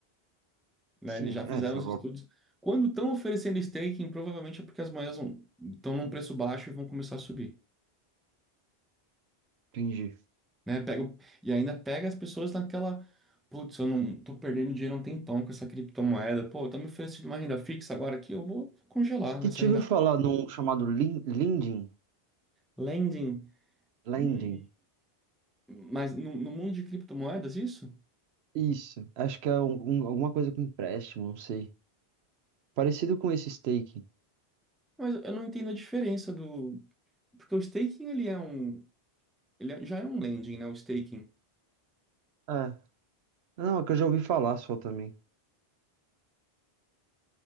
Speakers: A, in the centre; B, on the right (about 80°).
A: né?
B: Sim,
A: Eles já fizeram
B: é, se eu
A: os estudos. Quando estão oferecendo staking, provavelmente é porque as moedas estão num preço baixo e vão começar a subir,
B: atingir.
A: né? Pega, e ainda pega as pessoas naquela, putz, eu não tô perdendo dinheiro há um tempão com essa criptomoeda, pô, estão me oferecendo uma renda fixa agora aqui, eu vou congelar
B: Que
A: nessa
B: te
A: renda.
B: ouviu falar num chamado lin- Lending?
A: Lending,
B: Lending.
A: hum, mas no, no mundo de criptomoedas, isso?
B: Isso. Acho que é algum- alguma coisa com empréstimo, não sei. Parecido com esse stake.
A: Mas eu não entendo a diferença do Porque o staking, ele é um. Ele é- já é um lending, né? O staking.
B: É. Não, é que eu já ouvi falar só também.